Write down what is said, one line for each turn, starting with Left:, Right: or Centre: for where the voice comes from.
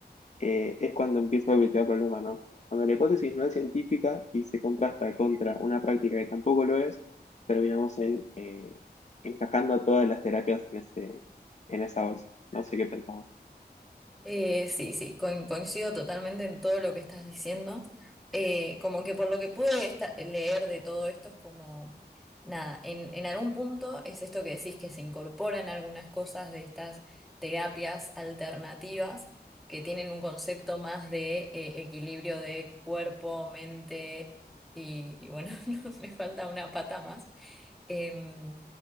Left: eh, es cuando empieza a evitar el problema, ¿no? Cuando la hipótesis no es científica y se contrasta contra una práctica que tampoco lo es, terminamos en, eh, encajando a todas las terapias en, ese- en esa bolsa. No sé qué pensamos.
Centre: Eh, sí, sí, coin- coincido totalmente en todo lo que estás diciendo. Eh, como que por lo que pude esta- leer de todo esto es como, nada, en, en algún punto es esto que decís que se incorporan algunas cosas de estas terapias alternativas que tienen un concepto más de eh, equilibrio de cuerpo, mente y, y bueno, <laughs> no, me falta una pata más. Em,